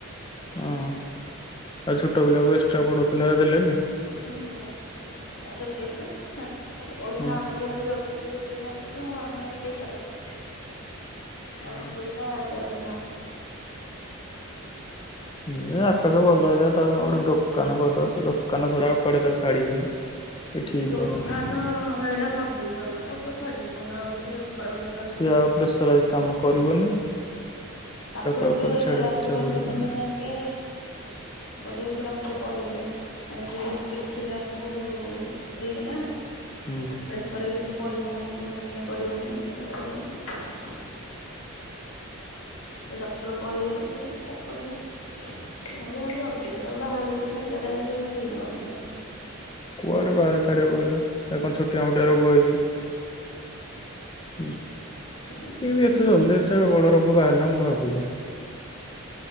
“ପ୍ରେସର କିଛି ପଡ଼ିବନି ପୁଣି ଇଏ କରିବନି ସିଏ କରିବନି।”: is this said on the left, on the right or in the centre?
Left